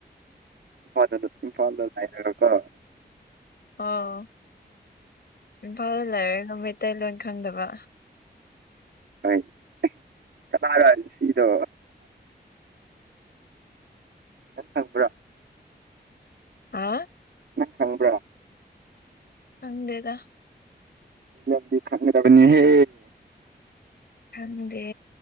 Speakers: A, on the right (about 80°); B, on the left (about 65°).
A: ꯏꯝꯐꯥꯜꯗ ꯑꯗꯨ ꯏꯝꯐꯥꯜꯗ ꯂꯔꯀ
B: ꯑꯣ ꯏꯝꯐꯥꯜꯗ ꯂꯩꯔꯅ ꯃꯩꯇꯩꯂꯣꯟ ꯈꯪꯗꯕ
A: ꯑꯩ ꯀꯅꯥꯔ ꯁꯤꯗꯣ ꯈꯪꯕ꯭ꯔꯥ
B: ꯑ
A: ꯅꯪ ꯈꯪꯕ꯭ꯔꯥ
B: ꯍꯪꯗꯦꯗ
A: ꯕꯤ ꯈꯪ꯭ꯔꯕꯅꯤ ꯍꯦ
B: ꯈꯗꯦ